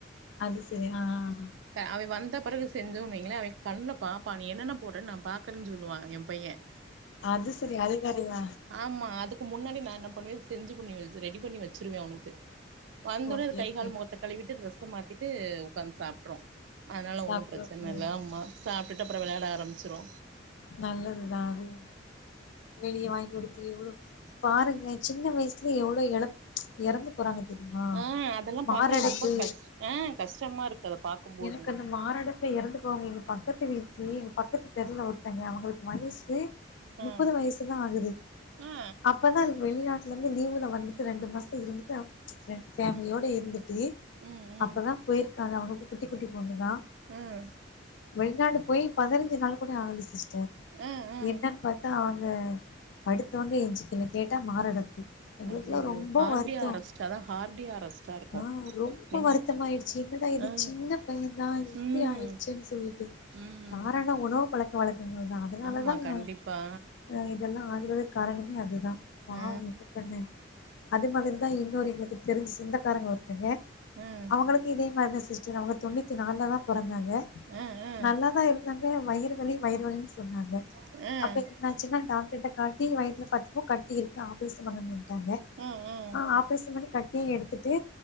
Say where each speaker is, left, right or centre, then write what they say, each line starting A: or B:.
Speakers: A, on the left (about 75°); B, on the right (about 80°).
A: அது சேரி ஆ ஆ
B: க்கா அவே வந்த பிறகு செஞ்சோன் வைங்களே அவ கண்ணுல பாப்பா நீ என்னென்ன போட்டு நா பாக் கனு சொல்லு வா என் பையன்
A: அது சேரி அதுங் அதுங்க
B: ஆமா அதுக்கு முன்னாடி நா என்ன பண்ணுவே செஞ்சு பண்ணி ரெடி பண்ணி வச்சிருவே அவுனுக்கு வந்த உடனே
A: ஓகே
B: ஒரு கை
A: ஓகே
B: கால் முகத்த கழுவிட்டு டிரெஸ்சா மாத்திட்டு உட்காந்து சாப்ட்ரு அதனால
A: சாப்ட்றப்ப
B: ஒன்னு பிரச்சன இல்ல ஆம்மா சாப்பிட்டு அப்புற விளையாட ஆரம்பிச்சுரு
A: நல்லது தா அது வெளியே வாங்கி கொடுத்து எவ்வளோ பாருங்களே சின்ன வயசுல எவ்வளவு இழ இறந்து போறாங்க தெரியுமா
B: ஆ அதெல்லா
A: மாரடப்பு
B: பாக்க ரொம்ப கஷ் ஆ கஷ்டமா இருக்கு அத பாக்கும்போது
A: எனக்கு அந்த மாரடப்புல இறந்து போ வாங்க எங்க பக்கத்து வீட்லேயே எங்க பக்கத்து தெருவுல ஒருத்தங்க அவுங்களுக் வயசு
B: ஆ
A: முப்பது வயசு தா ஆகுது
B: ஆ
A: அப் போதா அது வெளிநாட்டுல இருந்து லிவுல வந்துட்டு ரெண்டு மாசம் இருந்துட்டு பிரண் ஃபேமிலியோட
B: ம்
A: இருந்துட்டு
B: ம் ம்
A: அப்பதா போயிருக்காங்க அவுங்களுக்கு குட்டி குட்டி பொண்ணு தா
B: ம்
A: வெளிநாடு போயி பதினைஞ்சு நாள் கூட ஆகுல சிஸ்டர்
B: ஆ ஆ
A: என்னன்னு பாத் தா அவுங்க அடுத் த்தவங்க என்னாச்சு கேட்டா மாரடப்பு எங்களுக்கு
B: ஐயையோ
A: எல்லா ரொம்ப
B: ஹார்டியா
A: வருத்தே
B: அரெஸ்ட் அதா ஹார்டியா அரெஸ்ட்டா இருக்கு
A: ஆ ரொம்ப
B: நெஞ்சு
A: வருத்தமாயிடுச்சு என்னடா இது
B: ஆ
A: சின்ன பையன் தா இப்புடி
B: ம்
A: ஆயிடுச்சேன்னு சொல்லிட்டு
B: ம்
A: காரணே உணவு பழக்க வழக்கங்கள் தா அதனால
B: ஆமா
A: தா
B: கண்டிப்பா
A: ஆ இத எல்லா ஆகுறதுக்கு காரணமே அது தா பாவே
B: ஆ
A: என்ன பண்ண அது மாதிரிதா இன்னொரு எங்களுக்கு தெரிஞ்ச சொந்தக்காரங்க ஒருத்தா வாங்க
B: ம்
A: அவுங்களுக்கு இதே மாதிரி தா சிஸ்டர் அவுங்க தொன்னுத்திநாலு தா பிறந்தாங்க
B: ஆ ஆ ஆ
A: நல்லா தா இருந்தாங்க வயிறு வலி வயிறு வலினு சொன்னாங்க
B: ம்
A: ந சின்னவெ டாக்டர்ட்ட காட்டி வயித்துல பாத்தப்போ கட்டி இருக்கு ஆபரேச பண்ணனுட்டாங்க
B: ம்
A: ஆப்ரேஷன் பண்ணி கட்டிய எடுத்துட்டு